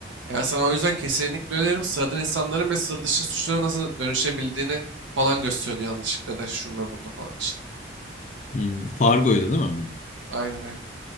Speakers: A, on the right; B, on the left.
A: Yani sana o yüzden kesinlikle öneririm. Sıradan insanların ve sır dışı suçlara nasıl dönüşebildiğini falan gösteriyordu yanlışlıkla da şunda bunda falan işte.
B: Hmm, Fargo'ydu değil mi bu?
A: Aynen aynen.